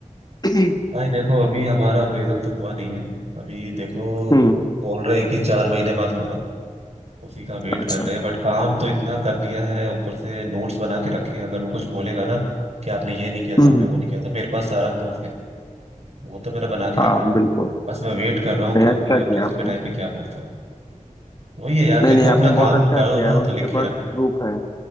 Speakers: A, on the left; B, on the right.
A: है <clears throat>
B: भाई देखो अभी हमारा अप्रेजल तो हुआ नहीं है अभी देखो
A: हम्म
B: बोल रहे हैं कि चार महीने बाद होगा उसी का वेट
A: अच्छा
B: कर रहे हैं बट काम तो इतना कर दिया है ऊपर से नोट्स बना के रखे हैं अगर वो कुछ बोलेगा ना कि आपने ये नहीं किया
A: हम्म
B: था आपने वो नहीं किया था मेरे पास सारा प्रूफ है तो वो तो मैंने बना के
A: हाँ
B: रख लिया
A: बिल्कुल
B: है बस मैं वेट कर रहा हूँ
A: नहीं
B: कि अभी
A: अच्छा किया
B: अप्रेजल
A: आपने
B: के टाइम पे क्या बोलता है वही है यार
A: नहीं
B: देखो
A: नहीं आपने
B: अपना
A: बहुत
B: काम
A: अच्छा
B: करो
A: किया
B: ना
A: है उसके
B: तो लिखे
A: पास
B: रखो
A: प्रूफ है